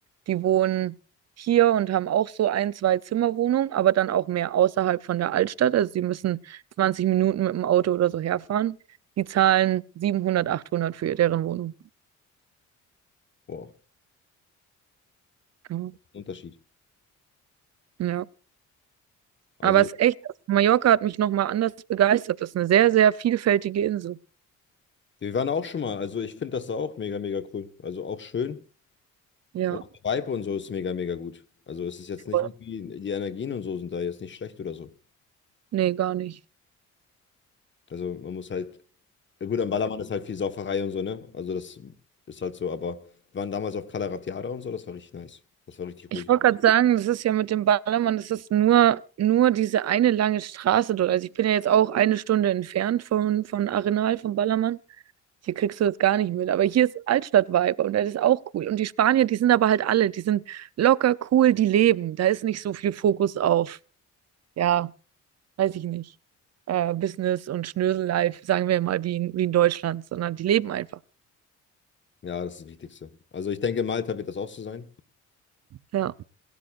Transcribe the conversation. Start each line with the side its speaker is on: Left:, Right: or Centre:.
Right: die wohnen hier und haben auch so ein, zwei Zimmerwohnungen, aber dann auch mehr außerhalb von der Altstadt. Also sie müssen 20 Minuten mit dem Auto oder so herfahren. Die zahlen 700 800 für deren Wohnung.
Left: Boah,
Right: Ja.
Left: Unterschied.
Right: Ja.
Left: Also,
Right: Aber es ist echt, Mallorca hat mich nochmal anders begeistert. Das ist eine sehr, sehr vielfältige Insel.
Left: wir waren auch schon mal. Also, ich finde das da auch mega, mega cool. Also, auch schön.
Right: Ja,
Left: Und auch der Vibe und so ist mega, mega gut. Also, es ist jetzt nicht
Right: voll.
Left: irgendwie, die Energien und so sind da jetzt nicht schlecht oder so.
Right: Nee, gar nicht.
Left: Also man muss halt, ja gut, am Ballermann ist halt viel Sauferei und so, ne? Also das ist halt so, aber wir waren damals auf Cala Ratjada und so, das war richtig nice. Das war richtig ruhig.
Right: Ich wollte gerade sagen, das ist ja mit dem Ballermann, das ist nur, nur diese eine lange Straße dort. Also ich bin ja jetzt auch eine Stunde entfernt von, von Arenal, vom Ballermann. Hier kriegst du das gar nicht mit. Aber hier ist Altstadt-Vibe und das ist auch cool. Und die Spanier, die sind aber halt alle, die sind locker, cool, die leben. Da ist nicht so viel Fokus auf, ja. weiß ich nicht, äh, Business und Schnösel-Life, sagen wir mal, wie in, wie in Deutschland, sondern die leben einfach.
Left: Ja, das ist das Wichtigste. Also ich denke, Malta wird das auch so sein.
Right: Ja,